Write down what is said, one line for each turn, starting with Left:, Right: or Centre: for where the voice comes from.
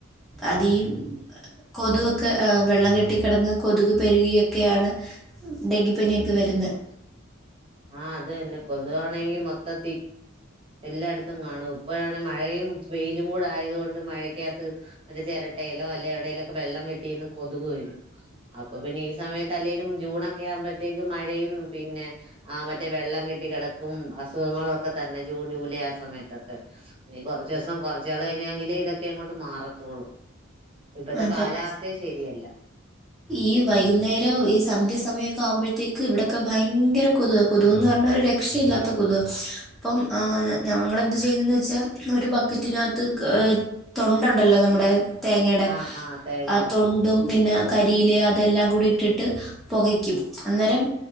Centre: അതീ കൊതുകൊ ക്കെ വെള്ളം കെട്ടിക്കിടന്ന് കൊതുക് പെരുകിയൊക്കെയാണ് ഡെങ്കിപ്പനിയൊക്കെ വരുന്നത്,
Right: ആഹ് അത് തന്നെ കൊതുവാണെങ്കി മൊത്തത്തി എല്ലായിടത്തും കാണും ഇപ്പോഴാണ് മഴയും വെയിലും കൂടെ ആയത് കൊണ്ട് മഴയ്ക്കകത്ത്, അത് ചിരട്ടലോ അല്ലെ എവിടേലൊക്കെ വെള്ളം കെട്ടിന്ന് കൊതുക് വരും. അപ്പൊ പിന്നെ ഈ സമയത്തല്ലേലും ജൂണൊക്കെ ആകുമ്പത്തേക്കും മഴയും പിന്നെ, ആഹ് മറ്റേ വെള്ളം കെട്ടി കിടക്കും അസുഖങ്ങളൊക്കെ തന്നെ ജൂൺ, ജൂലൈ ആ സമയത്തൊക്കെ, ഇനി കുറച്ചസം കൊറച്ച് കാലം കഴിഞ്ഞാെങ്കിലെ ഇതൊക്കെ അങ്ങോട്ട് മാറത്തുള്ളൂ, ഇപ്പത്തെ
Centre: അതെ
Right: കാലാവസ്ഥയും ശെരിയല്ല,
Centre: ഈ വൈകുന്നേരം ഈ സന്ധ്യ സമയമൊക്കെ ആവുമ്പോത്തേക്ക് ഇവിടൊക്കെ ഭയങ്കര കൊതുക, കൊതുക്‌പർഞ്ഞാ ഒരു രക്ഷയില്ലാത്ത കൊതുക, ഇപ്പം ഞങ്ങളെന്ത് ചെയ്യുന്നെന്ന് വെച്ചാൽ ഒരു ബക്കറ്റിനകത്ത്, തൊണ്ടണ്ടല്ലോ നമ്മുടെ തേങ്ങയുടെ
Right: ആഹ് ആഹ് തേങ്ങയുടെ
Centre: ആ തൊണ്ടും പിന്നെ, കരിയിലയൊ അതെല്ലാം കൂടി ഇട്ടിട്ട്, പുകയ്ക്കും അന്നേരം